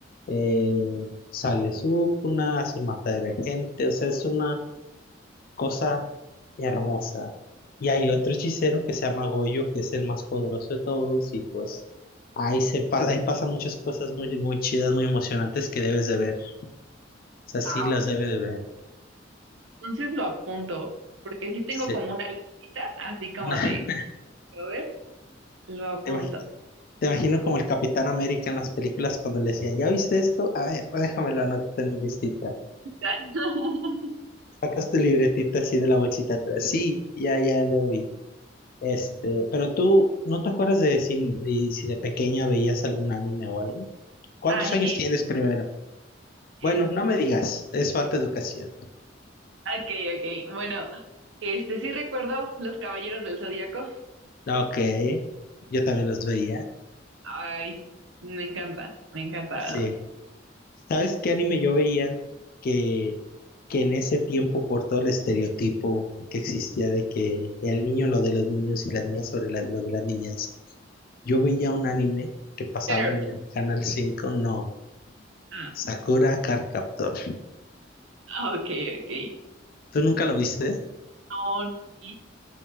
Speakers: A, on the left; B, on the right.
A: Eh, sale Sukuna, hace un matadero de gente, o sea, es una cosa hermosa. Y hay otro hechicero que se llama Goyo, que es el más poderoso de todos, y pues ahí se pa- ahí pasan muchas cosas muy, muy chidas, muy emocionantes que debes de ver. O sea, sí
B: Ah,
A: las
B: ok.
A: debes de ver.
B: Entonces lo apunto, porque sí tengo
A: Sí.
B: como una listita, así como
A: <laughs>
B: de, a ver, lo apunto.
A: Te imagi- te imagino como el Capitán América en las películas cuando le decían, ¿ya viste esto? A ver, déjamelo anotar en mi listita.
B: <laughs>
A: Sacas tu libretita así de la bolsita atrás. Sí, ya, ya lo vi. Este, pero tú, ¿no te acuerdas de si de, si de pequeña veías algún anime o algo? ¿Cuántos
B: Ah, sí.
A: años tienes primero?
B: es-
A: Bueno, no me digas, es falta de educación.
B: ok, ok. Bueno, este sí recuerdo Los Caballeros del Zodíaco.
A: Ok, yo también los veía.
B: Ay, me encanta, me encanta.
A: Sí. ¿Sabes qué anime yo veía? Que, que en ese tiempo, por todo el estereotipo que existía de que el niño lo de los niños y las niñas sobre la- lo de las niñas, yo veía un anime que pasaban
B: Sailor
A: en el Canal 5, no.
B: Moon.
A: Sakura Card Captor.
B: Ah, ok, ok.
A: ¿Tú nunca lo viste?
B: No, no, sí.